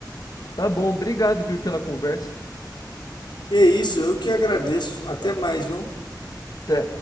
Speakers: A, on the left (about 55°); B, on the left (about 85°).
A: Tá bom, obrigado, viu, pela conversa.
B: Que é isso, eu que agradeço. Até mais, viu?
A: Até.